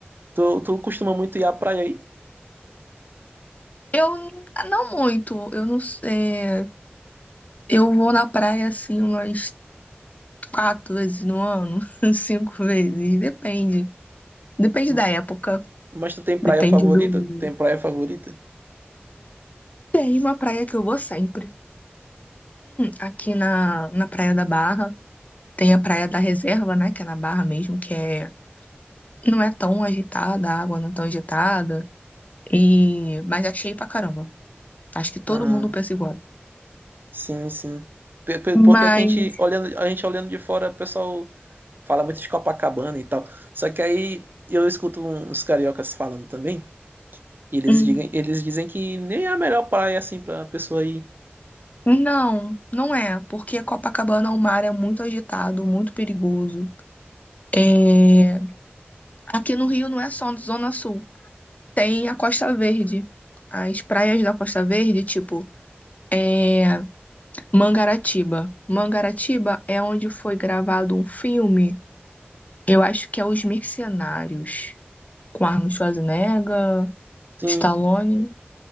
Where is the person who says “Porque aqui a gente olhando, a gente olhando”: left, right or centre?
Right